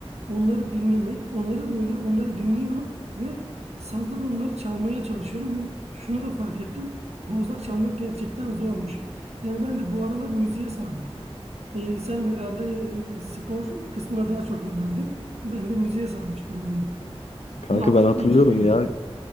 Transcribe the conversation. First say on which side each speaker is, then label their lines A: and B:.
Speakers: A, on the right (about 90°); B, on the left (about 85°).
A: Onları dinlemek, onları böyle onları dinliyorum ve sazda da onları çalmaya çalışıyorum ve şunu da fark ettim. Bozlak çalmak gerçekten zormuş. Yani ben de bu aralar müziğe sardım. Ee, sen herhalde e, spor kısmına daha çok yöneldin. Ben de müziğe sarmış bulundum.
B: Kanka
A: Ama haftada
B: ben hatırlıyorum
A: iki gün.
B: ya.